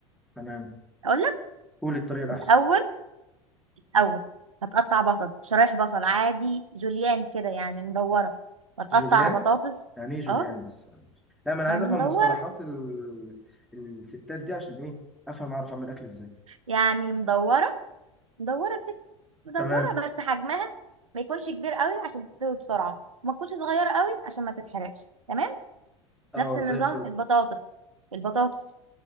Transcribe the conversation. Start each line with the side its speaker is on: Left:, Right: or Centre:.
Centre: تمام
Right: اقول لك
Centre: قول الطريقه الاحسن
Right: الاول اول هتقطع بصل شرايح بصل عادي جوليان كده يعني مدوره وتقطع
Centre: جوليان
Right: بطاطس
Centre: يعني ايه جوليان
Right: اه
Centre: بس لا ما انا
Right: يعني
Centre: عايز افهم
Right: مدوره
Centre: مصطلحات ال... الستات دي عشان ايه افهم اعرف اعمل اكل ازاي
Right: يعني مدورة مدورة كده مدورة
Centre: تمام
Right: بس حجمها ما يكونش كبير قوي عشان تستوي بسرعة وما تكونش صغيرة قوي عشان ما تتحرقش تمام
Centre: اه
Right: نفس النظام
Centre: زي الفل
Right: البطاطس البطاطس